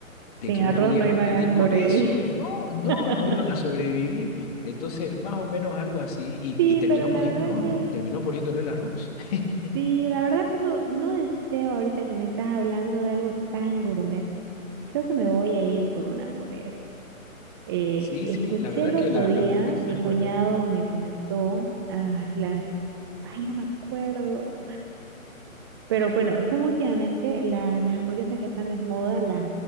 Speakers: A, on the left; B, on the right.
A: de
B: Sin
A: que
B: arroz
A: no podía
B: no iban
A: competir
B: a sobrevivir.
A: con eso. No, no,
B: <laughs>
A: no iban a sobrevivir. Entonces, más o menos algo así, y,
B: Sí,
A: y terminó
B: pero la
A: poniéndolo,
B: verdad que,
A: ¿no? Terminó poniéndole el arroz. <laughs>
B: sí, la verdad, pero no deseo ahorita que me estás hablando de algo tan gourmet. Creo que me voy a ir por una hamburguesa. Eh,
A: Sí,
B: escuché
A: sí, la verdad
B: el
A: que
B: otro
A: la,
B: día,
A: la hamburguesa
B: mi
A: es
B: cuñado
A: buena.
B: me comentó, ah, las, ay, no me acuerdo, pero bueno, son últimamente la- las hamburguesas que están de moda, las